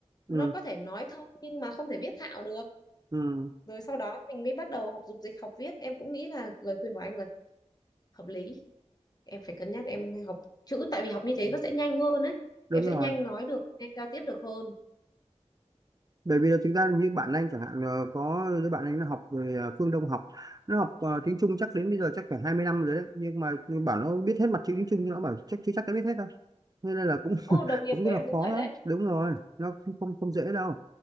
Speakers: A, on the right; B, on the left.
A: ừ,
B: nó có thể nói thông nhưng mà không thể viết thạo được
A: ừ,
B: rồi sau đó mình mới bắt đầu học dục dịch học viết em cũng nghĩ là lời khuyên của anh là hợp lý em phải cân nhắc em học chữ tại vì học như thế nó sẽ nhanh hơn ấy
A: đúng
B: em sẽ
A: rồi
B: nhanh nói được nhanh giao tiếp được hơn
A: bởi vì là thực ra như bạn anh chẳng hạn ờ, có đứa bạn anh nó học rồi ờ, Phương Đông học nó học ờ, tiếng Trung chắc đến bây giờ chắc phải 20 năm rồi đấy nhưng mà bảo nó biết hết mặt chữ tiếng Trung nhưng nó bảo chắc chưa chắc đã biết hết đâu nên là cũng <laughs>
B: ô đồng nghiệp
A: cũng
B: của
A: rất
B: em
A: là
B: cũng
A: khó
B: vậy
A: lắm
B: đấy
A: đúng rồi nó không không, không dễ đâu